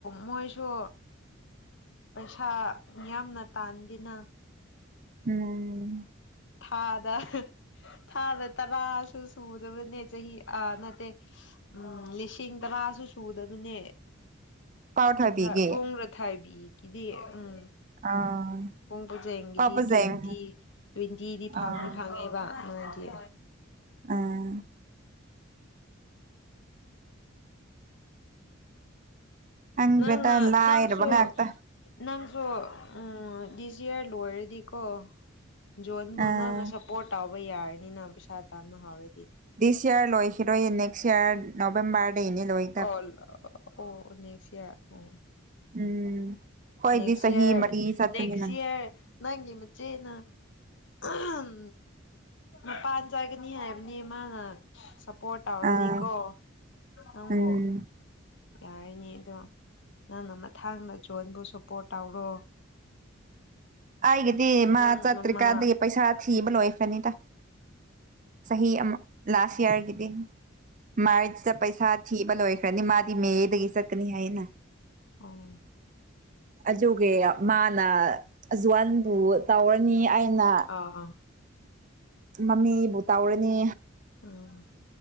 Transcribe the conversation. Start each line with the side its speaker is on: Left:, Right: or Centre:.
Left: ꯃꯣꯏꯁꯨ ꯄꯩꯁꯥ ꯌꯥꯝꯅ ꯇꯥꯟꯗꯦꯅ
Right: ꯎꯝ
Left: ꯊꯥꯗ ꯊꯥꯗ ꯇꯔꯥꯁꯨ ꯁꯨꯗꯕꯅꯦ ꯆꯍꯤ ꯑꯥ ꯅꯠꯇꯦ ꯎꯝ ꯂꯤꯁꯤꯡ ꯇꯔꯥꯁꯨ ꯁꯨꯗꯕꯅꯦ
Right: ꯄꯥꯎ ꯊꯣꯏꯕꯤꯒꯤ
Left: ꯔꯊꯥ ꯕꯣꯡ ꯔꯊꯥꯏꯕꯤ ꯀꯤꯗꯦ ꯎꯝ
Right: ꯑꯥ
Left: ꯄꯨꯡ ꯄꯣꯖꯦꯡꯒꯤꯗꯤ
Right: ꯑꯣ ꯄꯖꯦꯡ
Left: ꯇ꯭ꯋꯦꯟꯇꯤ ꯇ꯭ꯋꯦꯟꯇꯤꯗꯤ ꯐꯪꯗꯤ
Right: ꯑꯥ
Left: ꯐꯪꯉꯦꯕ ꯑꯗꯨꯗꯤ
Right: ꯑ
Left: ꯅꯛꯑꯦ
Right: ꯈꯪꯗ꯭ꯔꯦꯗ
Left: ꯅꯪꯅ
Right: ꯂꯥꯏꯔꯕ
Left: ꯅꯪꯁꯨ
Right: ꯉꯥꯛꯇ
Left: ꯅꯪꯁꯨ ꯗꯤꯁ ꯏꯌꯥꯔ ꯂꯣꯏꯔꯗꯤꯀꯣ ꯖꯣꯟꯕꯨ
Right: ꯑꯥ
Left: ꯅꯪꯅ ꯁꯞꯄꯣꯔꯠ ꯇꯧꯕ ꯌꯥꯔꯅꯤꯅ ꯄꯩꯁꯥ ꯇꯥꯟꯕ ꯍꯧꯔꯗꯤ
Right: ꯗꯤꯁ ꯏꯔ ꯂꯣꯏꯈꯤꯔꯣꯏꯌꯦ ꯅꯦꯛꯁ ꯏꯔ ꯅꯕꯦꯝꯕꯔꯗꯩꯩꯅꯦ ꯂꯣꯏ
Left: ꯑꯣ ꯑꯣ ꯅꯦꯛꯁ ꯏꯔ ꯑꯣ
Right: ꯎꯝ ꯍꯣꯏꯗꯤ
Left: ꯅꯦꯛꯁ
Right: ꯆꯍꯤ
Left: ꯏꯌꯔ
Right: ꯃꯔꯤ ꯆꯠꯄꯅꯤꯅ
Left: ꯅꯦꯛꯁ ꯏꯌꯔ ꯅꯪꯒꯤ ꯅꯆꯦꯅ ꯑꯥꯝ ꯃꯄꯥꯟ ꯆꯥꯒꯅꯤ ꯍꯥꯏꯕꯅꯤ ꯃꯥꯅ ꯁꯞꯄꯣꯔꯠ ꯇꯧꯔꯗꯤꯀꯣ
Right: ꯑꯥ
Left: ꯅꯪꯕꯨ
Right: ꯎꯝ
Left: ꯌꯥꯔꯅꯤ ꯑꯗꯣ ꯅꯪꯅꯥ ꯃꯊꯥꯡꯗ ꯖꯣꯟꯕꯨ ꯁꯞꯄꯣꯔꯠ ꯇꯧꯔꯣ
Right: ꯑꯩꯒꯤꯗꯤ ꯃꯥ
Left: ꯅꯪ
Right: ꯆꯠꯇ꯭ꯔꯤꯀꯥꯟꯗꯒꯤ
Left: ꯃꯃꯥ
Right: ꯄꯩꯁꯥ ꯊꯤꯕ ꯂꯣꯏꯈ꯭ꯔꯅꯤꯗ ꯆꯍꯤ ꯑꯃ ꯂꯥꯁ ꯏꯌꯥꯔꯒꯤꯗꯤ ꯃꯥꯔꯆꯇ ꯄꯩꯁꯥ ꯊꯤ ꯕ ꯂꯣꯏꯈ꯭ꯔꯅꯤ ꯃꯥꯗꯤ ꯃꯦꯗꯒꯤ ꯆꯠꯀꯅꯤ ꯍꯥꯏꯌꯦꯅ
Left: ꯎꯝ
Right: ꯑꯗꯨꯒꯤꯔꯥ ꯃꯥꯅ ꯑꯖꯋꯥꯟ ꯑꯣ ꯇꯧꯔꯅꯤ ꯑꯩꯅ
Left: ꯑꯥ ꯑ
Right: ꯃꯃꯤꯕꯨ ꯇꯧꯔꯅꯤ
Left: ꯎꯝ